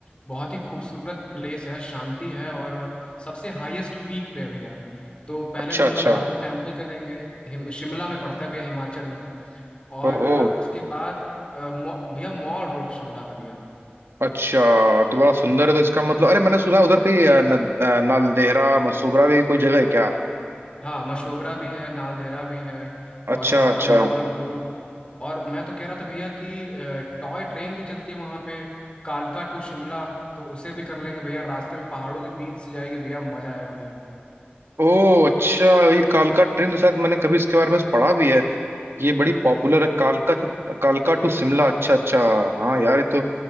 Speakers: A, on the left; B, on the right.
A: बहुत ही खूबसूरत प्लेस है शांति है और सबसे हाईएस्ट पीक पे है भैया तो पहले
B: अच्छा
A: तो हम
B: अच्छा
A: लोग जाकू टेम्पल चलेंगे हिम, शिमला में पड़ता है भैया हिमाचल में और
B: हो हो
A: उसके बाद अ, मॉ- भैया मॉल रोड शिमला का भैया
B: अच्छा तो बड़ा सुंदर है तो इसका मतलब अरे मैंने सुना है उधर कहीं अ, न, अ, नालदेहरा मसूबरा भी कोई जगह है क्या
A: हाँ मशोबरा भी है नालदेहरा भी है
B: अच्छा
A: और वहाँ
B: अच्छा
A: का मॉल रोड और मैं तो कह रहा था भैया कि अ, टॉय ट्रेन भी चलती है वहाँ पे कालका टू शिमला तो उसे भी कर लेंगे भैया रास्ते में पहाड़ों के बीच से जाएगी भैया मजा आएगा भैया
B: ओ अच्छा ये कालका ट्रेन तो शायद मैंने कभी इसके बारे में पढ़ा भी है ये बड़ी पॉपुलर है कालका टू कालका टू शिमला अच्छा अच्छा हाँ यार ये तो